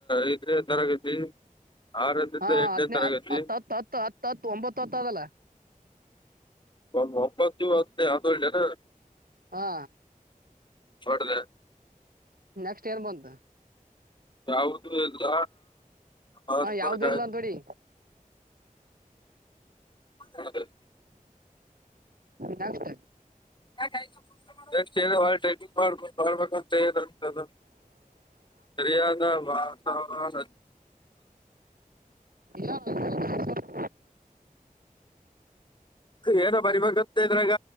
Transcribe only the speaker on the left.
ಐದನೇ ತರಗತಿ ಆರರಿಂದ
ಎಂಟನೇ
ತರಗತಿ
ಒ ಒಂಬತ್ತು ಹತ್ತು ಯತ
ಹೋಡದ
ಯವುದು ಎಲ್ಲ ಹ
ಹೌದು
ಹೊಬೇಕ ಮಾಡಬೇಕ ಅಂತ <unintelligible> ಸರಿಯಾದ ವಾಸ
ಏನ ಬರಿವ ಗತ್ತ ಇದ್ರಾಗ